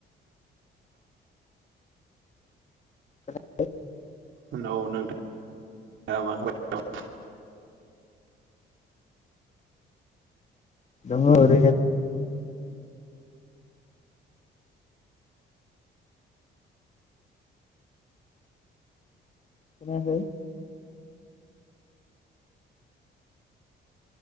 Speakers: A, on the left; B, on the right.
A: हेलौ
B: हेलौ नोंथांआ मा खालामबाय दं?
A: दंङ ओरैनो। खोनायाखै